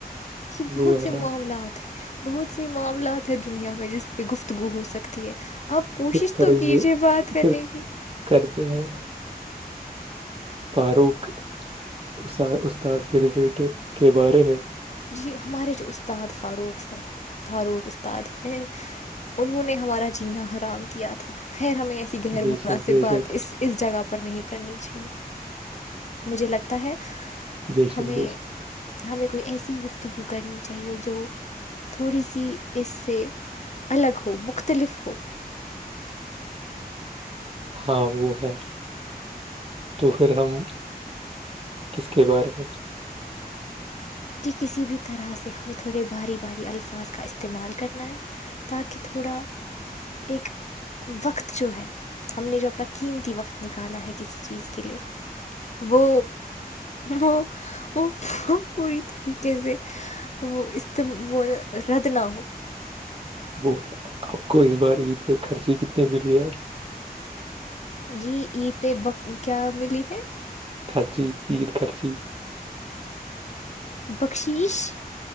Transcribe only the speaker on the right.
وہ ہے
نا
پھر کریں
گے
پھر
کرتے ہیں فاروق اس استاد کے ریلیٹ کے بارے میں
بے شک بے
شک
ب شک
بیسک
ہاں وہ ہے تو پھر ہم کس کے بارے میں
وہ ہے کو اس بار عید پہ خرچی کیتنا اے ملی ہے
خرچی عید خرچی